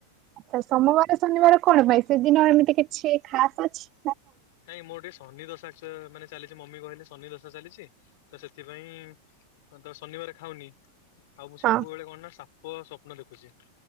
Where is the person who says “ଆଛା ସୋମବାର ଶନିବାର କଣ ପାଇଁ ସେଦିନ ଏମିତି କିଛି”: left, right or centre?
Right